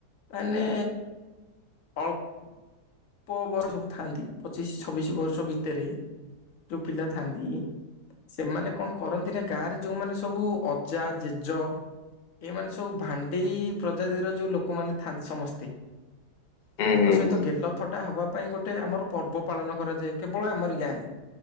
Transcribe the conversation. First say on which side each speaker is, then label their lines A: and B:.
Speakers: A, on the left; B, on the left.
A: ମାନେ ଅଳ ପ ବର୍ଷକୁ ଥାନ୍ତି ପଚିଶ ଛ ଛବିଶ ବର୍ଷ ଭିତରେ। ଯୋଉ ପିଲା ଥାନ୍ତି ସେମାନେ କଣ କରନ୍ତି ନା ଗାଁ ରେ ଯୋଉମାନେ ସବୁ ଅଜା ଜେଜ ଏମାନେ ସବୁ ଭାଣ୍ଡେଇ। ପ୍ରଜାତିର ଯୋଉ ଲୋକମାନେ ଥାଆନ୍ତି ସମସ୍ତେ
B: ହୁଁ
A: ତାଙ୍କ
B: ହୁଁ
A: ସହିତ
B: ହୁଁ
A: ଗେଲ। ଗଟା ହେବା ପାଇଁ ଗୋଟେ ଆମର ପର୍ବ ପାଳନ କରାଯାଏ। କେବଳ ଆମରି ଗାଁରେ